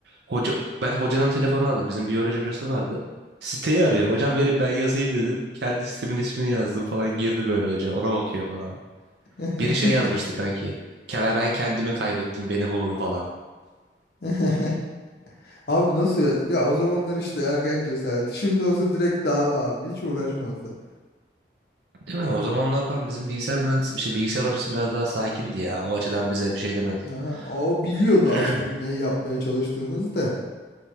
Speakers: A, on the right (about 75°); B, on the left (about 60°).
A: Hoca, ben hocanın telefonu aldım. Bizim biyoloji hocası vardı. Siteyi arıyor. Hocam verin ben yazayım dedim. Kendi sitemin ismini yazdım falan. Girdi böyle hoca. Ona bakıyor falan.
B: <laughs>
A: Biri şey yazmıştı kanki. "Ke- Ben kendimi kaybettim. Beni bulun falan.
B: <laughs> Abi nasıl ya? Ya o zamanlar işte ergen cesareti. Şimdi olsa direkt dava abi. Hiç uğraşmazdı.
A: Değil mi? O zamanlar falan bizim bilgisayar mühendis, şey, bilgisayar hocası biraz daha sakindi ya. O açıdan bize bir şey demedi.
B: Aha. O biliyordu
A: <clears throat>
B: az çok neyi yapmaya çalıştığınızı da